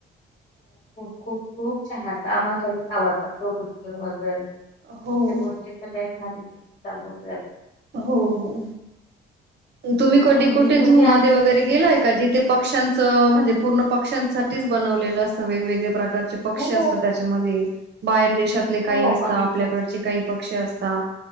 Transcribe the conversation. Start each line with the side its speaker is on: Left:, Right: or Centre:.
Left: खूप-खूप छान असता आम्हाला सगळ्यांना आवडतात कबुतर वगैरे
Right: हो
Left: असे गोष्टी तर लै हरी <unintelligible>
Right: हो-हो. तुम्ही
Left: हो,
Right: कोडी
Left: आणि
Right: कुठे
Left: तुम्ही
Right: झू मध्ये
Left: आज
Right: वगैरे गेलाय का जिथे पक्ष्यांच म्हणजे पूर्ण पक्षांसाठीच बनवलेलं असतं वेगवेगळे प्र कारचे पक्षी
Left: हो
Right: असता
Left: हो
Right: त्याच्यामध्ये बाहेर देशातले काही
Left: हो,
Right: असता
Left: बघितलं
Right: आपल्याकडचे काही पक्षी असता.